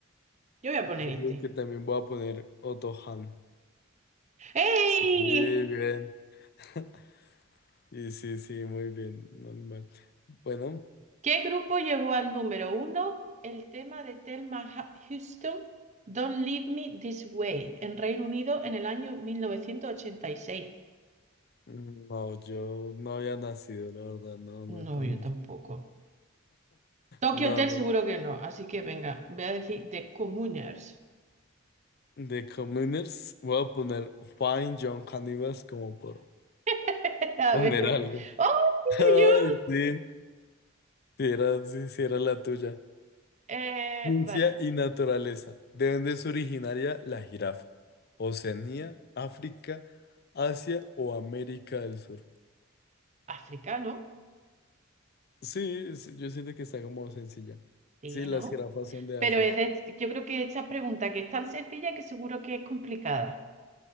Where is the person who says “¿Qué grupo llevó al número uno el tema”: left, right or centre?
Right